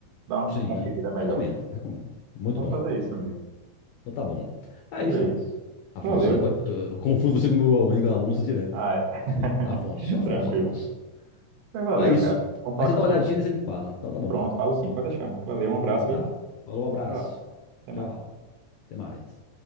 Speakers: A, on the right (about 80°); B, on the left (about 75°).
A: dar uma
B: Sim,
A: conferida melhor.
B: recomendo, recomendo. Muito
A: Vou
B: bom.
A: fazer isso, amigo.
B: Então tá bom. É
A: Fazer
B: isso, Alonso.
A: isso.
B: Afonso,
A: Valeu.
B: depois- eu, tô- eu confundo você com o meu amigo Alonso direto.
A: Ah,
B: velho.
A: é. <laughs>
B: Afonso, Afonso,
A: Tranquilo.
B: Afonso.
A: Mas Valeu,
B: Então é isso.
A: cara. Vou falar
B: Aí você
A: contigo.
B: dá uma olhadinha e você me fala. Então tá bom.
A: Pronto, falo sim, pode deixar. Valeu, um abraço,
B: Então
A: viu?
B: tá. Falou, abraço.
A: Tchau. Até
B: Tchau.
A: mais.
B: Até mais.